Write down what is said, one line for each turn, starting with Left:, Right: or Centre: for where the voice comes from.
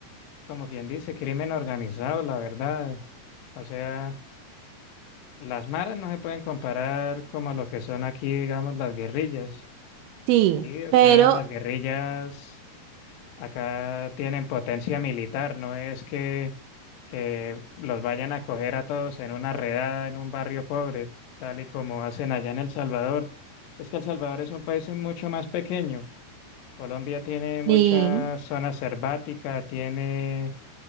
Left: como quien dice, crimen organizado, la verdad. O sea, las maras no se pueden comparar como lo que son aquí, digamos, las guerrillas.
Right: Sí,
Left: Sí, o
Right: pero,
Left: sea, las guerrillas acá tienen potencia militar, no es que, que los vayan a coger a todos en una redada en un barrio pobre, tal y como hacen allá en El Salvador. Es que El Salvador es un país mucho más pequeño. Colombia tiene mucha
Right: sí,
Left: zona selvática, tiene